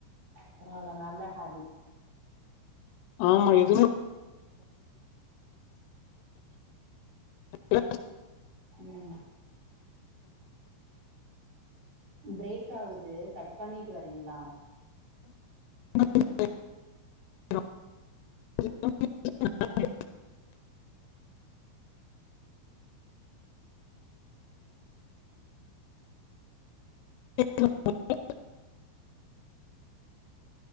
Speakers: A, on the right; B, on the left.
A: பரவால்ல நல்ல ஹாபிட்
B: ஆமா எதுமே <inaudible>
A: ம் பிரேக்காகுது கட் பண்ணிட்டு வரீங்ளா
B: <inaudible> <inaudible>